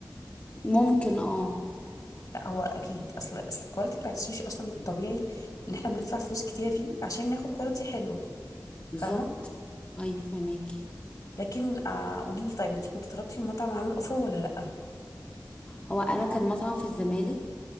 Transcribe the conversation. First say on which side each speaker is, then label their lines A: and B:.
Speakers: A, on the left (about 20°); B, on the left (about 55°).
A: ممكن اه
B: لا هو اكيد اصل اصل الكواليتي بتاعت السوشي اصلا طبيعي ان احنا بندفع فلوس كتير فيه عشان ناخد كواليتي حلوه
A: بالظبط
B: فاهمه
A: ايوه فهماكي
B: لكن آه قولي لي طيب انت كنت طلبتي من مطعم عامل اوفر ولا لا
A: هو انا كان مطعم في الزمالك